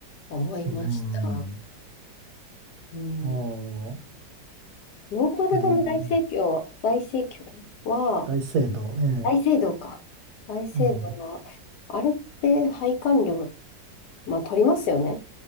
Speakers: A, on the left; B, on the right.
A: 思いました。
B: うん、
A: うん、
B: お
A: ノートルダム大聖教、
B: う、もう、
A: 大聖教は、
B: 大聖堂、ええ、
A: 大聖堂か。大聖堂は、
B: うん。
A: あれって拝観料、まあ取りますよね。